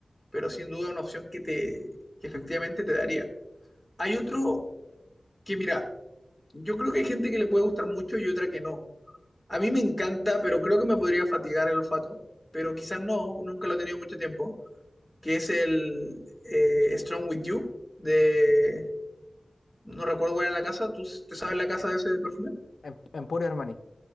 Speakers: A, in the centre; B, on the left.
A: pero sin duda una opción que te, que efectivamente te daría. Hay otro que, mira, yo creo que hay gente que le puede gustar mucho y otra que no. A mí me encanta, pero creo que me podría fatigar el olfato, pero quizás no, nunca lo he tenido mucho tiempo, que es el eh, Strong With You de... No recuerdo cuál era la casa, ¿tú te sabes la casa de ese perfume?
B: Em- Emporio Armani.